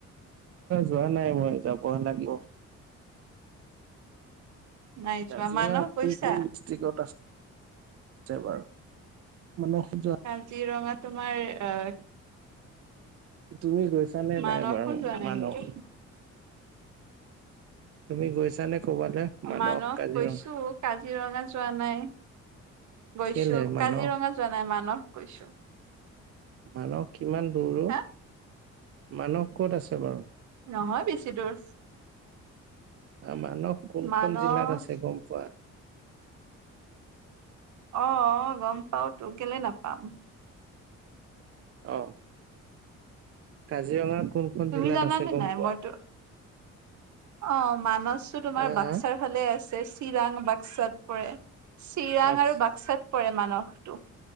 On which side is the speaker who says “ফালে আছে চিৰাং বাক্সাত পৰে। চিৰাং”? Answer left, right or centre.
Right